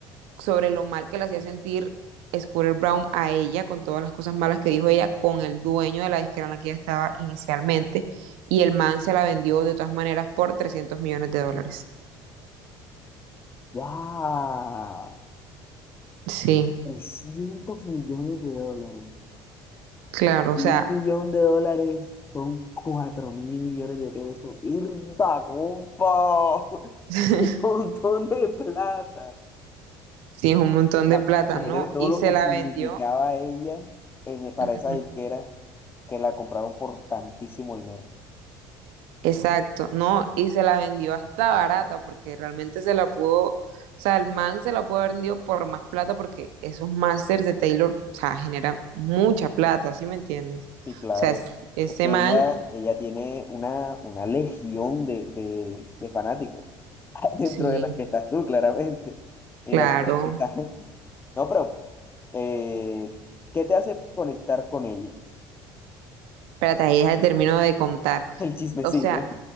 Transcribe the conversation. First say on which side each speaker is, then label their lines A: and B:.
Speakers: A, on the right; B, on the left.
A: sobre lo mal que le hacía sentir Scooter Brown a ella, con todas las cosas malas que dijo ella, con el dueño de la disquera en la que ella estaba inicialmente, y el man se la vendió de todas maneras por 300 millones de dólares.
B: ¡Wow!
A: Sí,
B: 300 millones de dólares.
A: claro, o
B: Un
A: sea,
B: millón de dólares son cuatro mil millones de pesos. ¡Irda, compa! <laughs>
A: <laughs>
B: Un montón de plata.
A: Sí, es un montón de
B: Ah,
A: plata,
B: Imagínate
A: ¿no?
B: todo
A: Y
B: lo
A: se
B: que
A: la
B: significaba
A: vendió.
B: ella en- para
A: Ujú.
B: esa disquera que la compraron por tantísimo dinero.
A: Exacto, no, y se la vendió hasta barata porque realmente se la pudo, o sea, el man se la pudo haber vendido por más plata porque esos masters de Taylor, o sea, generan mucha plata, ¿sí me entiendes?
B: Sí, claro.
A: O sea, es- ese
B: Es que
A: man,
B: ella, ella tiene una, una legión de, de, de fanáticos. <laughs> Dentro
A: sí,
B: de las que estás tú, claramente. Mira,
A: claro.
B: tú la que estás. <laughs> No, pero, eh, ¿qué te hace conectar con ella?
A: Espérate, ahí ya termino de contar.
B: <laughs> El chismecito.
A: O sea,